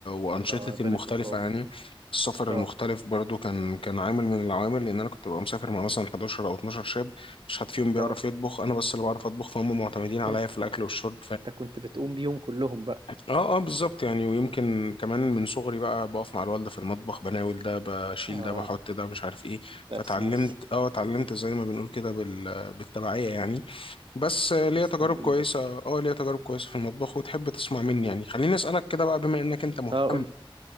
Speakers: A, on the left (about 70°); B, on the right (about 60°).
A: وأنشطتي
B: آه، ربنا
A: المختلفة
B: يكون في عونك
A: يعني السفر المختلف
B: اه
A: برضو كان كان عامل من العوامل لأن أنا كنت ببقى مسافر مع مثلا 11 أو 12 شاب مش حد فيهم بيعرف
B: اه
A: يطبخ أنا بس اللي بعرف أطبخ فهم معتمدين
B: <laughs>
A: عليا في الأكل والشرب
B: انت كنت بتقوم بيهم كلهم بقى
A: اه اه بالظبط يعني ويمكن كمان من صغري بقى بقف مع الوالده في المطبخ بناول ده بشيل
B: اه
A: ده بحط ده مش عارف ايه
B: that's
A: فتعلمت
B: nice
A: اه اتعلمت زي ما بنقول كده بال... بالتبعيه يعني بس آه، ليا
B: تسلم
A: تجارب كويسه
B: ايدك
A: اه ليا تجارب كويسه في المطبخ وتحب تسمع مني يعني خليني اسالك كده بقى بما انك انت مهتم
B: اه قول لي